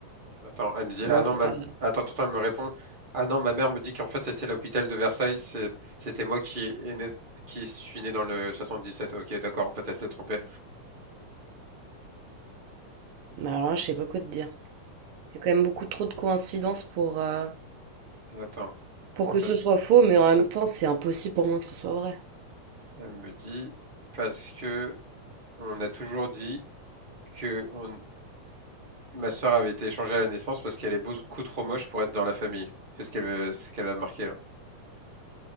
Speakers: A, on the right; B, on the right.
A: Attends, elle me dit.
B: Non,
A: Ah non,
B: c'est
A: ma...
B: pas vrai.
A: attends, attends, elle me répond. Ah non, ma mère me dit qu'en fait c'était l'hôpital de Versailles. C'est... C'était moi qui est né... qui suis né dans le 77. Ok, d'accord. En fait, elle s'est trompée.
B: Bah alors là, je sais pas quoi te dire. Il y a quand même beaucoup trop de coïncidences pour, euh,
A: Attends,
B: pour que
A: parce-
B: ce soit faux, mais en même temps, c'est impossible pour moi que ce soit vrai.
A: elle me dit parce que on a toujours dit que on... ma sœur avait été échangée à la naissance parce qu'elle est beaucoup trop moche pour être dans la famille. C'est ce qu'elle veut- c'est ce qu'elle a marqué là.